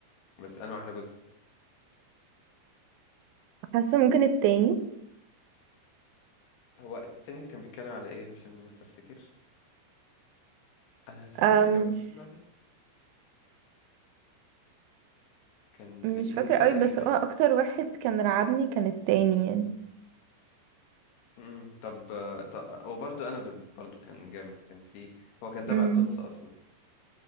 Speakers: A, on the left; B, on the right.
A: بس انا احلى جزء
B: حاسة ممكن التاني
A: هو التاني اللي كان بيتكلم على ايه عشان بس افتكر انا فاكر
B: آه، مش
A: كان في واحد كان
B: مش
A: في البيت
B: فاكرة قوي
A: تقريبا
B: بس هو اكتر واحد كان رعبني كان التاني يعني
A: امم طب طب وبرده انابل برضو كان جامد كان في هو كان تابع
B: مم.
A: القصه اصلا